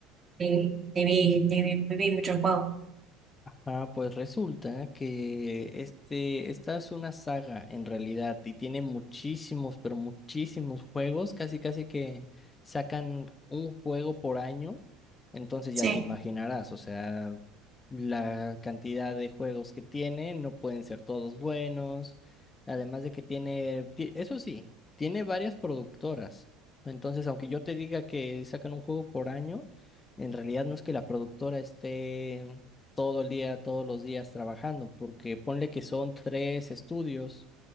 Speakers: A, on the right (about 25°); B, on the left (about 25°).
A: ni, ni vi, ni vi, ni vi mucho el juego.
B: Ah, pues resulta que este, esta es una saga en realidad y tiene muchísimos, pero muchísimos juegos, casi casi que sacan un juego por año, entonces
A: Sí,
B: ya te imaginarás, o sea, la cantidad de juegos que tiene no pueden ser todos buenos, además de que tiene, ti- eso sí, tiene varias productoras, entonces aunque yo te diga que sacan un juego por año, en realidad no es que la productora esté todo el día, todos los días trabajando, porque ponle que son tres estudios.